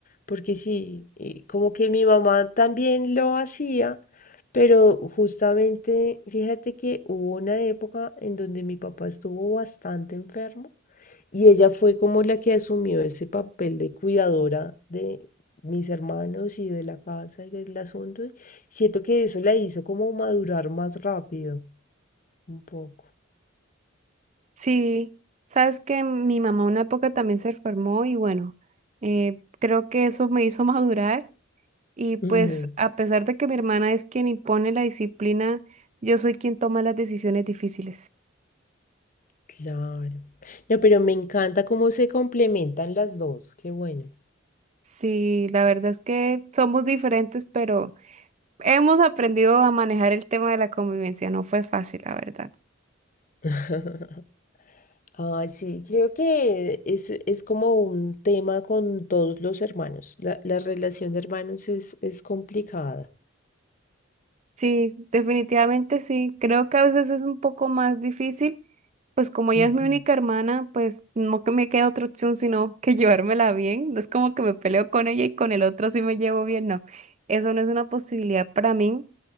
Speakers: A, on the left; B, on the right.
A: porque sí, eh, como que mi mamá también lo hacía, pero justamente, fíjate que hubo una época en donde mi papá estuvo bastante enfermo. Y ella fue como la que asumió ese papel de cuidadora de mis hermanos y de la casa y del asunto. y siento que eso la hizo como madurar más rápido, un poco.
B: Sí, sabes que mi mamá una época también se enfermó y bueno, eh, creo que eso me hizo <laughs> madurar y pues
A: Ujú,
B: a pesar de que mi hermana es quien impone la disciplina, yo soy quien toma las decisiones difíciles.
A: claro. No, pero me encanta cómo se complementan las dos. Qué bueno.
B: Sí, la verdad es que somos diferentes, pero hemos aprendido a manejar el tema de la convivencia. No fue fácil, la verdad.
A: <laughs> ah sí, creo que es, es como un tema con todos los hermanos. La, la relación de hermanos es, es complicada.
B: Sí, definitivamente sí. Creo que a veces es un poco más difícil, pues como ella
A: Ujú.
B: es mi única hermana, pues no que me quede otra opción sino que <laughs> llevármela bien. No es como que me peleo con ella y con el otro sí me llevo bien, no. Eso no es una posibilidad para mí.